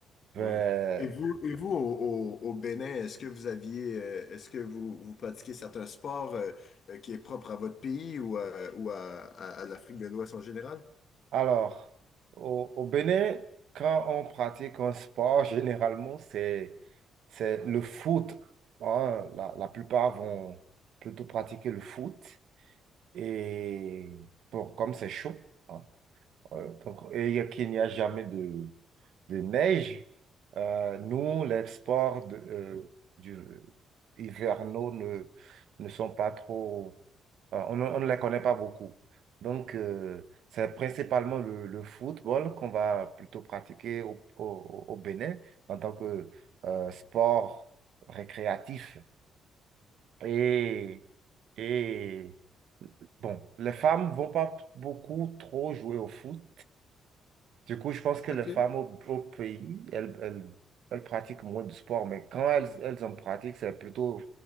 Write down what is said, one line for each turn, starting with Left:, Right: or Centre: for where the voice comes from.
Right: Ben,
Left: Ouais. Et vous, et vous au, au- au Bénin, est-ce que vous aviez, euh, est-ce que vous, vous pratiquez certains sports euh, euh, qui est propre à votre pays ou à, ou à, à- à l'Afrique de l'Ouest en général?
Right: Alors, au, au Bénin, quand on pratique un sport, généralement, c'est, c'est le foot. hein. La, la plupart vont plutôt pratiquer le foot. Et pour, comme c'est chaud, hein, euh, donc, et il y a- qu'il n'y a jamais de, de neige, euh, nous, les sports de- euh, du, hivernaux ne, ne sont pas trop. Voilà, On, ne on ne les connaît pas beaucoup. Donc, euh, c'est principalement le, le football qu'on va plutôt pratiquer au, au- au Bénin en tant que euh, sport récréatif. Et, et bon, les femmes vont pas beaucoup trop jouer au foot. Du coup, je pense que
Left: OK.
Right: les femmes au, au pays, elles, elles, elles pratiquent moins de sport, mais quand elles, elles en pratiquent, c'est plutôt